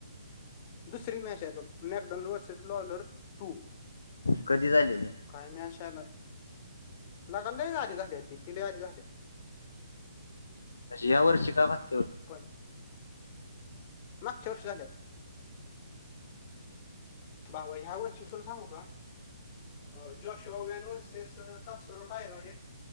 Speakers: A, on the left (about 35°); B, on the left (about 70°).
A: दुसरी मॅच ए बघ. McDonald versus Lawler two.
B: कधी झालेलीय?
A: काय मॅच ए लेका. लेका, लई आधी झाल्या ते. लई आधी झाल्या.
B: तशी या वर्षी का मागच्या वर्षी?
A: पण मागच्या वर्षी झाल्यात. भावा ह्या वर्षी तुला सांगू का? या Joshua Van versus Tatsuro Taira ए.